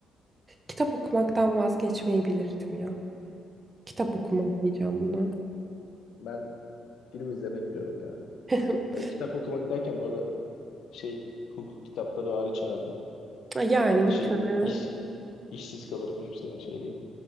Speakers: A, on the right; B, on the left.
A: kitap okumaktan vazgeçmeyebilirdim ya. Kitap okumak diyeceğim buna.
B: Ben film izlemek diyorum ya.
A: <laughs>
B: Ya kitap okumak derken bu arada şey hukuk kitapları hariç herhalde.
A: Yani muhtemelen.
B: Şey iş işsiz kalırım yoksa yani şey değil.